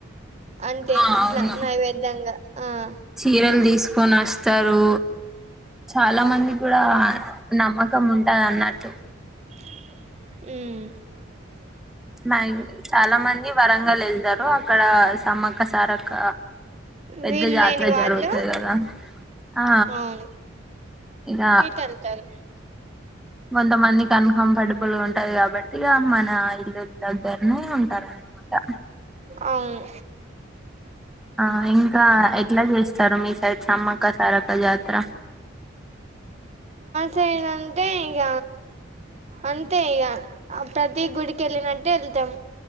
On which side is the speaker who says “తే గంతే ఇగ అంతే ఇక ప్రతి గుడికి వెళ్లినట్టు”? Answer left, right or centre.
Right